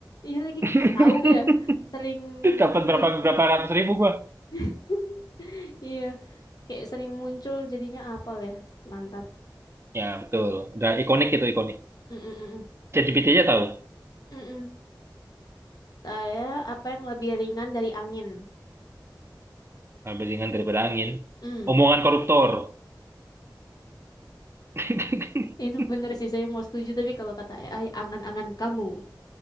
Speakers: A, on the left (about 55°); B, on the right (about 35°).
A: Iya lagi
B: <laughs>
A: tahu ya, sering muncul.
B: Dapat berapa berapa ratus ribu gua.
A: <laughs> Iya, kayak sering muncul jadinya apal ya. Mantap.
B: Ya betul. Udah ikonik itu ikonik.
A: Mm -mm
B: ChatGPT aja tahu.
A: -mm. Ada apa yang lebih ringan dari angin?
B: Lebih ringan daripada angin.
A: Hmm,
B: Omongan koruptor. <laughs>
A: itu bener sih saya mau setuju tapi kalau kata AI angan-angan kamu,